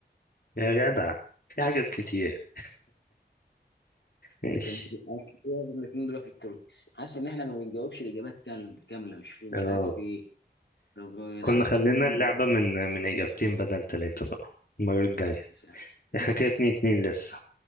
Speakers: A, on the left; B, on the left.
A: يا جدع في حاجات كتير ماشي
B: لكن انا كده الاتنين دول في التوب حاسس ان احنا ما بنجاوبش الاجابات كامله كامله مش في مش
A: اه
B: عارف في ايه طب لا
A: كنا
B: عايزين
A: خلينا
B: ننجز
A: اللعبة
B: طيب،
A: من من إجابتين بدل ثلاثة بقى المرة الجاية
B: مش عارف
A: احنا كده اتنين اتنين لسه